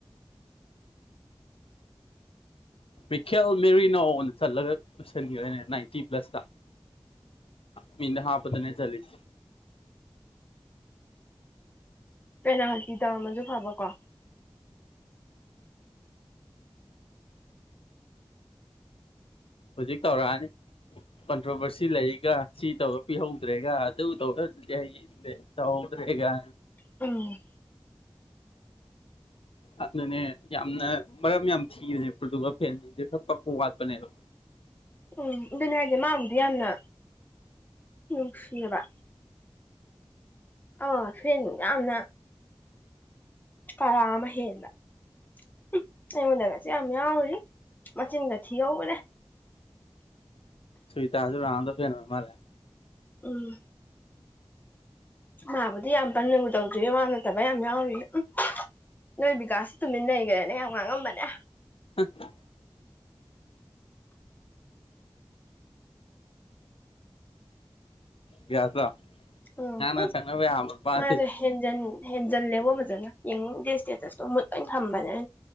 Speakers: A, on the left; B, on the left.
A: ꯃꯤꯈꯦꯜ ꯃꯦꯔꯤꯅꯣ ꯑꯣꯏꯅ ꯆꯠꯂꯒ ꯂꯣꯏꯁꯟꯒꯔꯦꯅꯦ ꯅꯥꯏꯟꯇꯤ ꯄ꯭ꯂꯁꯇꯥ ꯃꯤ ꯍꯥꯄꯗꯅꯦ ꯆꯂꯤꯁꯦ
B: ꯄꯦꯅꯥꯜꯇꯤ ꯇꯧꯔꯝꯃꯖꯨ ꯐꯕ ꯀꯣ
A: ꯍꯧꯖꯤꯛ ꯇꯧꯔꯛꯑꯅꯤ ꯀꯟꯇ꯭ꯔꯣꯚꯔꯁꯤ ꯂꯩꯒ ꯁꯤ ꯇꯧꯔ ꯄꯤꯍꯧꯗ꯭ꯔꯦꯒ ꯑꯗꯨ ꯇꯧꯔꯗꯤ ꯍꯥꯏ ꯗꯦ ꯇꯧꯍꯧꯗ꯭ꯔꯦꯒ
B: ꯑꯝ
A: ꯑꯗꯨꯅꯦ ꯌꯥꯝꯅ ꯃꯔꯝ ꯌꯥꯝ ꯊꯤꯔꯕꯖꯦ ꯄꯣꯔꯇꯨꯒꯥꯜ ꯐꯦꯟꯖꯤꯡꯖꯦ ꯈꯔ ꯄꯛꯄ ꯋꯥꯠꯄꯅꯦꯕꯣ
B: ꯎꯝ ꯑꯗꯨꯅꯦ ꯍꯥꯏꯁꯦ ꯃꯥꯕꯨꯗꯤ ꯌꯥꯝꯅ ꯅꯨꯡꯁꯤꯌꯦꯕ ꯑꯥ ꯐꯦꯟ ꯌꯥꯝꯅ ꯀꯔꯥ ꯑꯃ ꯍꯦꯟꯕ ꯎꯝ ꯑꯩꯉꯣꯟꯗꯒꯁꯦ ꯌꯥꯝ ꯌꯥꯎꯔꯤ ꯃꯆꯤꯟꯒꯥ ꯊꯤꯍꯧꯕꯅꯦ
A: ꯁꯨꯏꯇꯥꯖꯨ ꯔꯣꯅꯥꯟꯅꯣ ꯐꯦꯟ ꯑꯣꯏꯔꯃꯥꯜꯂꯦ
B: ꯎꯝ ꯃꯥꯕꯨꯗꯤ ꯌꯥꯝ ꯀꯟꯅ ꯇꯧꯗ꯭ꯔꯤꯌꯦ ꯃꯥ ꯅꯠꯇꯕ ꯌꯥꯝ ꯌꯥꯎꯔꯤꯌꯦ ꯎꯝ ꯅꯣꯏ ꯕꯤꯀꯥꯁ ꯇꯨꯃꯤꯟ ꯂꯩꯒ꯭ꯔꯦꯅꯦ ꯌꯥꯝ ꯉꯥꯡꯉꯝꯕꯅꯦ
A: <unintelligible> ꯕꯤꯌꯥꯁꯂꯣ
B: ꯎꯝ
A: ꯉꯥꯡꯅ
B: ꯎꯝ
A: ꯁꯛꯅꯕ ꯌꯥꯕ ꯅꯨꯄꯥ
B: ꯃꯥꯁꯨ
A: ꯅꯠꯇꯦ
B: ꯍꯦꯟꯖꯟ ꯍꯦꯟꯖꯜꯂꯦꯕꯣ ꯐꯖꯅ ꯌꯦꯡꯅꯤꯡꯗꯦ ꯏꯁꯇꯦꯇꯁꯇꯣ ꯃꯨꯠ ꯂꯣꯏꯅ ꯊꯝꯕꯅꯦ ꯑꯩꯅ